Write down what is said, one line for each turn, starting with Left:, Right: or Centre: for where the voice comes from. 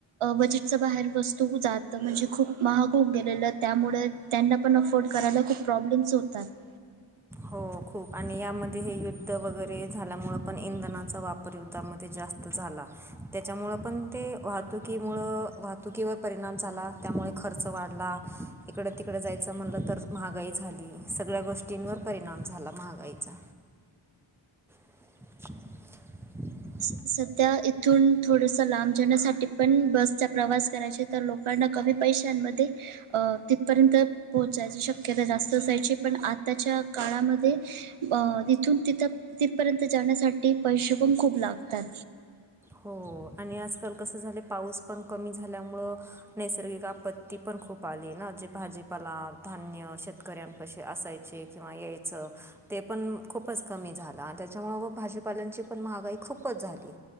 Right: बजेटच बाहेर वस्तू जात म्हणजे खूप महाग होऊ गेलेलं त्यामुळे. त्यांना पण अफोर्ड करायला खूप प्रॉब्लेम्स होतात.
Centre: हो खूप आणि यामध्ये हे युद्ध वगैरे झाल्यामुं पण इंधनाचा वापर युद्धामध्ये जास्त झाला. त्याच्यामुळं पण ते वाहतुकीमुळं वाहतुकीवर परिणाम झाला. त्यामुळे खर्च वाढला इकडं तिकडें जायचं म्हणलं तर महागाई झाली सगळ्या गोष्टींवर परिणाम झाला महागाईचा. <inaudible>
Right: सध्या इथून थोडसं लांब जण्यासाठी पण बसचा प्रवास करायचे तर लोक. पण कमी पैशांमध्ये. अ तिथपर्यंत पोहोचायची शक्यता जास्त असायची पण आताच्या काळामध्ये. अ तिथून तिथ तिथपर्यंत जाण्यासाठी पैसे पण खूप लागतात.
Centre: हो आणि आजकाल कसं झालं पाऊस पण कमी झाल्यामुळं. नैसर्गिक आपत्ती पण खूप आली ना जे भाजीपाला धान्य शेतकऱ्यांपशी असायची. चे किंवा यायचं. ते पण खूपच कमी झाला आणि त्याच्यामु म भाजीपाल्यांची पण महागाई खूपच झाली.